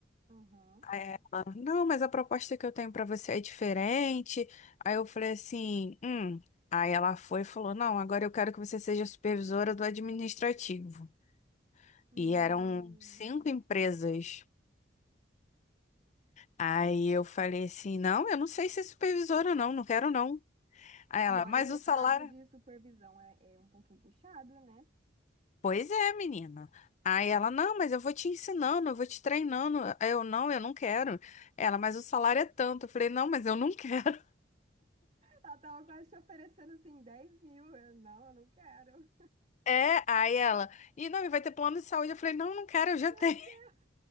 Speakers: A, on the right; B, on the left.
A: aham.
B: Aí ela, não, mas a proposta que eu tenho pra você é diferente. Aí eu falei assim, hum. Aí ela foi e falou, não, agora eu quero que você seja supervisora do administrativo.
A: Hum.
B: E eram cinco empresas. Aí eu falei assim: não, eu não sei ser supervisora, não, não quero não. Aí ela,
A: E olha
B: mas
A: que
B: o
A: o
B: salário.
A: cargo de supervisão é, é um pouquinho puxado, né?
B: Pois é, menina. Aí ela, não, mas eu vou te ensinando, eu vou te treinando. Aí eu, não, eu não quero. Ela, mas o salário é tanto. Eu falei, não, mas eu não <laughs> quero.
A: Ela tava quase te oferecendo assim 10 mil. Eu, não, eu não quero.
B: É, aí ela, e não, e vai ter plano de saúde. Eu falei, não, não quero, eu já
A: Meu
B: tenho.
A: Deus,